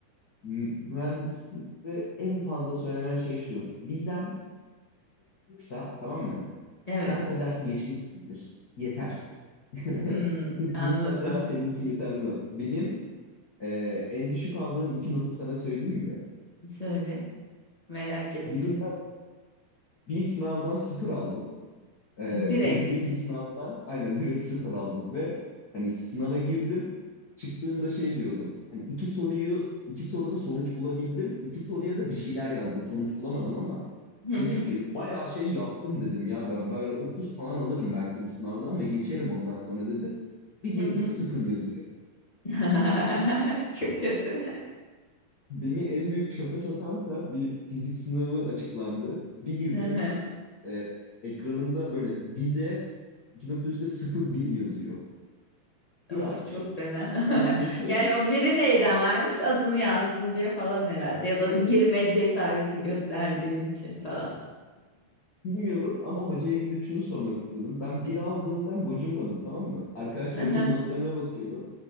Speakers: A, on the left; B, on the left.
A: M- Mühendislikte en fazla söylenen şey şu. Bizden kısa tamam mı?
B: evet.
A: Sen o dersi geçmişsindir. Yeter. <laughs>
B: Hmm,
A: Kırk
B: anladım.
A: Mutlaka senin için yeterli bir not. Benim e, en düşük aldığım iki notu sana söyleyeyim mi?
B: Söyle merak ettim.
A: <laughs> Birinden bir sınavdan sıfır aldım. Ee,
B: Direkt.
A: girdiğim bir sınavdan aynen direkt sıfır aldım ve hani sınava girdim. Çıktığımda şey diyordum. Hani iki soruyu iki soruda sonuç bulabildim. İki soruya da bir şeyler yazdım. Sonuç bulamadım ama
B: Hı hı,
A: Dedim ki bayağı şey yaptım dedim ya ben böyle 30 falan alırım belki bu sınavdan ve geçerim ondan sonra dedim. Bir
B: hı
A: girdim
B: hı.
A: sıfır yazıyor.
B: <laughs> Çok kötü.
A: Beni en büyük şoka sokansa bir fizik sınavı açıklandı. Bir girdim
B: <laughs>
A: e, ekranımda böyle vize iki nokta üçte sıfır bir yazıyor. Bir
B: Of
A: almışım.
B: çok fena. <laughs>
A: <laughs>
B: Yani o biri neyden vermiş adını yazdın diye falan herhalde ya da girme cesareti gösterdiğin için falan.
A: Bilmiyorum ama hocaya gidip şunu sormak istiyordum. Ben bir aldığımdan gocunmadım tamam mı? Arkadaşlarımın
B: Aha,
A: notlarına bakıyorum.